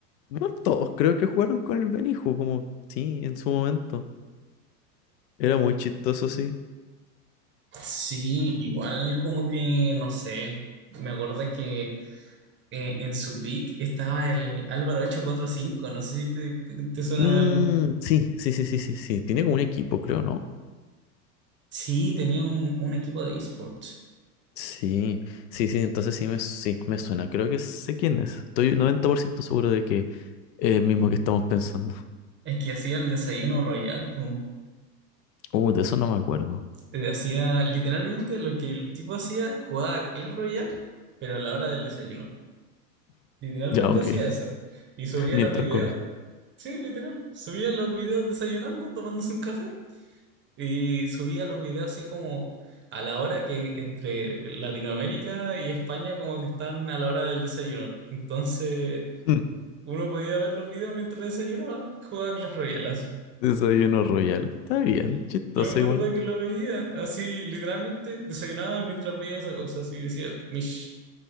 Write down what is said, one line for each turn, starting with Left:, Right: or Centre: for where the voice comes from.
Left: No todos creo que jugaron con el Benihú, como sí, en su momento. Era muy chistoso, sí.
Right: Sí, igual como que, no sé, me acuerdo que eh, en su pick estaba el Álvaro 845, no sé si te, te te suena
Left: Mm,
Right: de algo.
Left: sí, sí, sí, sí, sí, sí. Tiene como un equipo, creo, ¿no?
Right: Sí, tenía un, un equipo de esports.
Left: Sí, sí, sí, entonces sí me, sí, me suena. Creo que sé quién es. Estoy 90% seguro de que es el mismo que estamos pensando.
Right: Es que hacía el desayuno royal, po.
Left: Uh, de eso no me acuerdo.
Right: Eh, Hacía literalmente lo que el tipo hacía, jugaba Clash Royale, pero a la hora del desayuno. Literalmente
Left: Ya, ok.
Right: hacía eso. Y subía
Left: <laughs> Mientras
Right: los videos.
Left: comía.
Right: Sí, literal. Subía los videos desayunando, tomándose un café. Y subía los videos así como a la hora que entre Latinoamérica y España como que están a la hora del desayuno. Entonces,
Left: Mm,
Right: uno podía ver los videos mientras desayunaba y jugaba Clash Royale. así.
Left: Desayuno royal. Está bien,
Right: Y-
Left: chistoso
Right: Yo me acuerdo
Left: igual.
Right: que lo veía, así literalmente desayunaba mientras veía esa cosa, así decía, Mish,